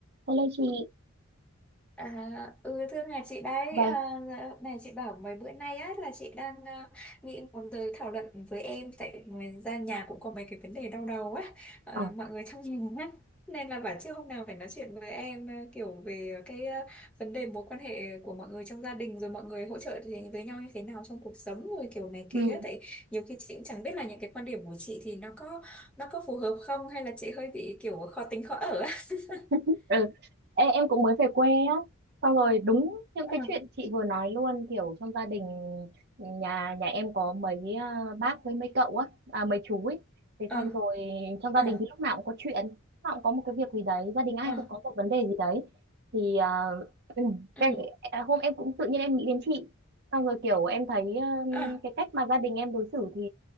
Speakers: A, on the right; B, in the centre.
A: Hello chị,
B: À, ừ thưa nhà chị đấy
A: vâng,
B: à, dạ, này chị bảo mấy bữa nay á là chị đang à, nghĩ muốn tới thảo luận với em tại người ra nhà cũng có mấy cái vấn đề đau đầu á à,
A: Ờ,
B: mọi người trong nhà á nên là bảo trước hôm nào phải nói chuyện với em à, kiểu về cái à, vấn đề mối quan hệ của mọi người trong gia đình rồi mọi người hỗ trợ thì với nhau như thế nào trong cuộc sống rồi kiểu này
A: ừ.
B: kia á tại nhiều khi chị cũng chẳng biết là những cái quan điểm của chị thì nó có nó có phù hợp không hay là chị hơi bị kiểu khó tính khó ở á <laughs>
A: ừ. Ê, em cũng mới về quê á, xong rồi đúng những
B: ờ
A: cái chuyện chị vừa nói luôn kiểu trong gia đình nhà nhà em có mấy à, bác với mấy cậu á, à, mấy chú ấy, thế
B: ờ
A: xong rồi trong
B: ờ
A: gia đình thì lúc nào cũng có chuyện, lúc nào cũng có một cái việc gì đấy, gia đình ai
B: ờ
A: cũng có một vấn đề gì đấy, thì à, ừ,
B: ừ
A: cái, <clears throat> à, hôm em cũng tự nhiên em nghĩ đến chị, xong rồi kiểu em thấy ừ,
B: ờ
A: cái cách mà gia đình em đối xử thì